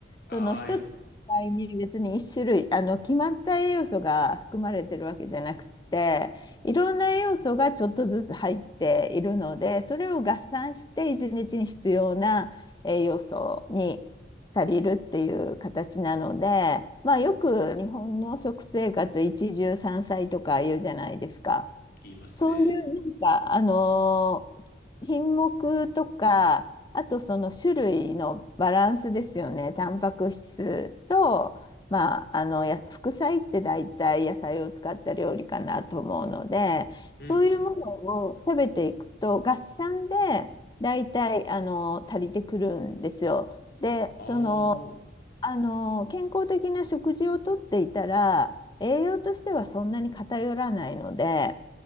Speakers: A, on the left; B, on the left.
A: あーい、
B: その一つの野菜に別に一種類、あの、決まった栄養素が含まれてるわけじゃなくて、いろんな栄養素がちょっとずつ入っているので、それを合算して一日に必要な栄養素に借りるっていう形なので、まあ、
A: うんうんうん、
B: よく日本の食生活一汁三菜とか言うじゃないですか。
A: 言いますね。
B: そういうなんか、あのー品目とか、あとその種類のバランスですよね。タンパク質と、まあ、あのや副菜って大体野菜を使った料理かなと思うので、
A: うんうんうん。
B: そういうものを食べていくと合算で大体あの足りてくるんですよ。で、
A: ああ、
B: そのあの、健康的な食事をとっていたら、栄養としてはそんなに偏らないので、